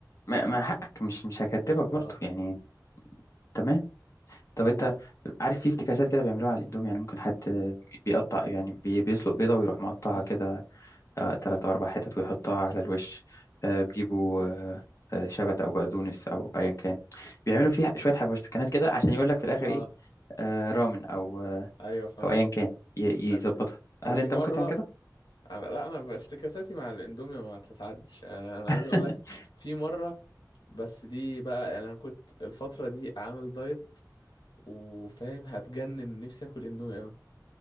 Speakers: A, on the left (about 45°); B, on the left (about 85°).
A: ما, ما حقك مش مش هكدبك
B: اه
A: برضو يعني تمام طب
B: اه
A: أنت عارف في افتكاسات كده بيعملوها على الإندومي يعني ممكن حد بيقطع يعني بي- بيسلق بيضة ويروح مقطعها
B: مم.
A: كده آه، تلات أو أربع حتت ويحطها على الوش آه، بيجيبوا آه، آه، شبت أو بقدونس أو أيا كان بيعملوا فيها شوية حبشتكنات كده عشان يقول لك في الآخر
B: اه
A: إيه آه، رامن أو آه،
B: ايوه فاهم
A: او ايا كان ي-
B: انا
A: يظبطها
B: في انا
A: هل
B: في
A: انت
B: مره
A: ممكن تعمل كده
B: انا لا انا بافتكاساتي مع الاندومي ما تتعدش انا أنا
A: <laughs>
B: عايز اقول لك في مره بس دي بقى يعني انا كنت الفتره دي عامل دايت وفاهم هتجنن نفسي اكل اندومي قوي